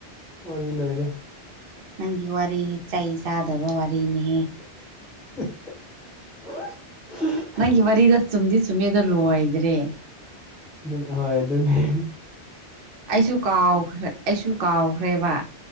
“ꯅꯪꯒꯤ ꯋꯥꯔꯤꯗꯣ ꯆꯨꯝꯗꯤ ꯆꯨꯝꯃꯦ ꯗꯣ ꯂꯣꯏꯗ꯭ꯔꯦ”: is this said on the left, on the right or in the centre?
Right